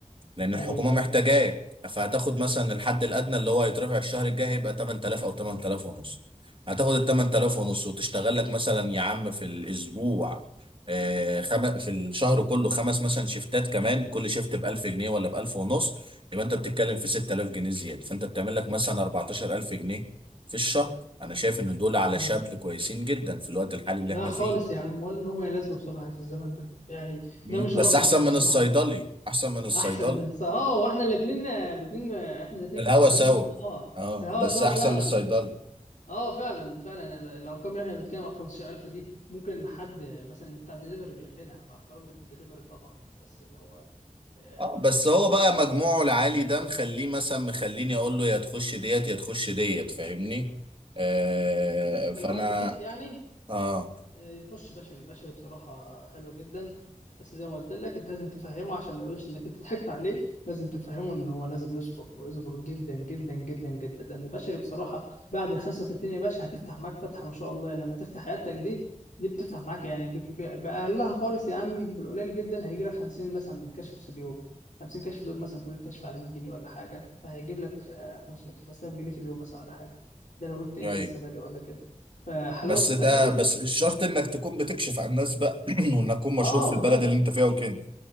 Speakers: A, on the right; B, on the left.
A: لان
B: ايوه
A: الحكومه محتاجاك
B: ايوه
A: فهتاخد مثلا الحد الادنى اللي هو هيترفع الشهر الجاي هيبقى 8000 او 8000 ونص هتاخد ال 8000 ونص وتشتغل لك مثلا يا عم في الاسبوع آه، خم... في الشهر كله خمس مثلا شيفتات كمان كل شيفت ب 1000 جنيه ولا ب 1000 ونص يبقى انت بتتكلم في 6000 جنيه زياده فانت بتعمل لك مثلا 14000 جنيه في الشهر انا شايف ان دول على
B: ايوه
A: شاب كويسين جدا في الوقت الحالي
B: لا
A: اللي احنا
B: خالص
A: فيه
B: يا عم ولا لهم اي لازمه بصراحه في الزمن ده يعني
A: مم.
B: ده مش
A: بس
B: رقم
A: احسن
B: يعني
A: من
B: الواحد
A: الصيدلي احسن من الصيدلي
B: احسن من- اه واحنا الاثنين الاثنين احنا الاثنين
A: الهوا
B: تعبانين
A: سوا
B: اه
A: اه
B: في هوا
A: بس
B: سوا
A: احسن
B: فعلا
A: من الصيدلي
B: يعني اه فعلا فعلا يعني الارقام اللي احنا بنتكلم عن 15000 دي ممكن حد مثلا بتاع دليفري بيعملها مع احترامي للدليفري طبعا بس اللي هو آه،
A: اه
B: الارقام
A: بس
B: دي
A: هو بقى مجموعه العالي ده مخليه مثلا مخليني اقول له يا تخش ديت يا تخش ديت فاهمني آه
B: انت
A: فانا
B: لو عايز نصيحتي يعني
A: اه
B: آه، يخش بشري بشري بصراحة حلو جدا بس زي ما قلت لك انت لازم تفهمه عشان ما يقولش انك انت ضحكت عليه لازم تفهمه ان هو لازم يصبر ويصبر جدا جدا جدا جدا لان بشري بصراحة بعد ال 35 يا باشا هتفتح معاك فتحة ما شاء الله لما تفتح عيادتك دي دي بتفتح معاك يعني بك- ب- بأقلها خالص يا عمي بالقليل جدا هيجي لك 50 مثلا كشف في اليوم 50 كشف دول مثلا قول كشف على 100 جنيه ولا حاجة فهيجيب لك آه، 5000 جنيه في اليوم مثلا ولا حاجة ده لو انت ايه
A: ايوه
B: لسه بادئ ولا كده فحلاوة
A: بس ده
B: بشري
A: بس الشرط انك تكون بتكشف عن الناس بقى <clears throat> وانك تكون مشهور
B: اه
A: في البلد
B: ما هو
A: اللي انت فيها وكده